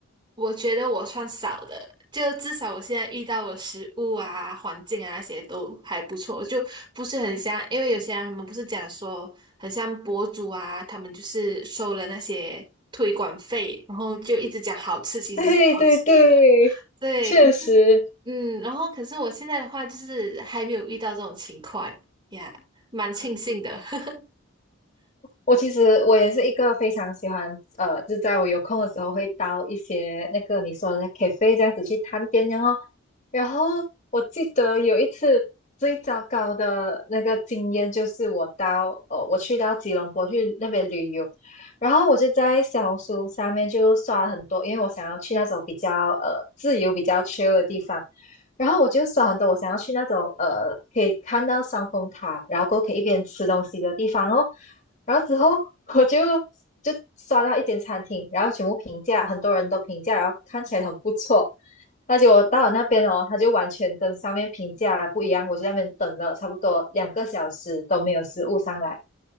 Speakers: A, on the right; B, on the left.
A: 我觉得我算少的，就至少我现在遇到的食物啊、环境啊那些都还不错，就不是很像，因为有些人他们不是讲说很像博主啊，他们就是收了那些推广费，然后就一直讲好吃，其实是不好吃的。
B: 对对对，
A: 对，
B: 确实，
A: 可是嗯，然后可是我现在的话就是还没有遇到这种情况呀，蛮庆幸的。<laughs>
B: 我其实我也是一个非常喜欢，呃，就在我有空的时候会到一些那个你说的那 cafe 这样子去探店，然后，然后我记得有一次最糟糕的那个经验就是我到，呃，我去到吉隆坡去那边旅游，然后我就在小红书上面就刷了很多，因为我想要去那种比较呃自由、比较 chill 的地方。然后我就刷很多，我想要去那种呃可以看到双峰塔，然后过后可以一边吃东西的地方哦。然后之后我就就刷到一间餐厅，然后全部评价，很多人都评价，然后看起来很不错。那结果我到了那边哦，他就完全跟上面评价不一样，我就在那边等了差不多两个小时都没有食物上来，